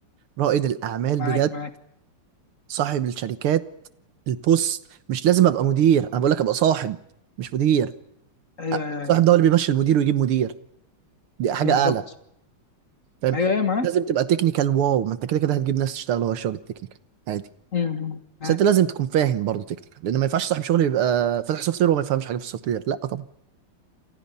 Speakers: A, on the right (about 80°); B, on the left (about 40°).
A: رائد الاعمال
B: معاك
A: بجد
B: معاك
A: صاحب الشركات البوس مش لازم ابقى مدير انا بقول لك ابقى صاحب مش مدير
B: ايوه ايوه
A: صاحب
B: أيوة.
A: ده هو اللي بيمشي المدير ويجيب مدير دي حاجه
B: بالظبط
A: اعلى فاهم
B: ايوه ايوه معاك
A: لازم تبقى تكنيكال واو ما انت كده كده هتجيب ناس تشتغل هو الشغل التكنيكال عادي
B: امم معاك
A: بس انت لازم تكون فاهم برضه تكنيكال لان ما ينفعش صاحب شغل يبقى فاتح سوفت وير وما يفهمش حاجه في السوفت وير لا طبعا